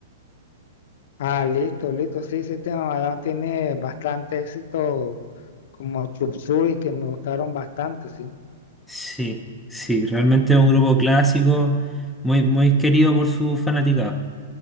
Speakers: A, on the left (about 50°); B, in the centre.
A: Ah, listo, listo. Sí, sí, tiene, la verdad, tiene bastante éxito como Chup Suey, que me gustaron bastante, sí.
B: Sí, sí, realmente es un grupo clásico, muy, muy querido por su fanaticada.